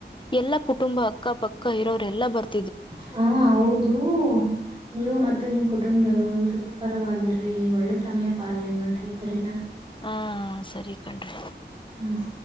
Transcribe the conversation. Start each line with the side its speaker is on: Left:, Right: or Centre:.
Left: ಎಲ್ಲಾ ಕುಟುಂಬ ಅಕ್ಕಪಕ್ಕ ಇರೋರೆಲ್ಲ ಬರ್ತಾರೆ
Right: ಹಾ ಹೌದು ನೀವು ಮತ್ತು ನಿಮ್ ಕುಟುಂಬದವರು ಸುಖಕರವಾಗಿರಿ ಒಳ್ಳೆ ಸಮಯ ಪಾಲನೆ ಮಾಡ್ರಿ ಸರಿನಾ
Left: ಹಾ ಸರಿ ಕಣ್ರಿ
Right: ಹ್ಮ್.